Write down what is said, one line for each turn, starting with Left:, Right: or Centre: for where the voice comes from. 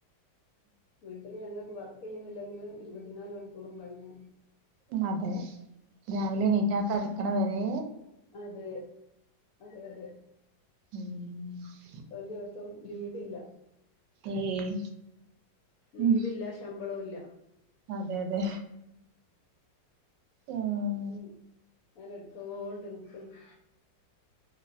Left: വീട്ട് ല് <unintelligible> യ്യ്ന്നില്ലെങ്കില് ഇരുപത്തിനാല് മണിക്കൂറും പണിയാ
Right: ഉം അതെ രാവിലെ എണീറ്റാ കടക്ക്ണെ വെരേ
Left: അതേ അതെ അതെ
Right: ഊം
Left: ഒര് ദിവസം ലീവില്ല
Right: ഏയ്
Left: ലീവില്ല
Right: ഉം
Left: ശമ്പളവും ഇല്ലാ
Right: അതെ അതെ ഉം
Left: ഉം ഞാന് എട്തോണ്ട് നിക്ക്ന്ന്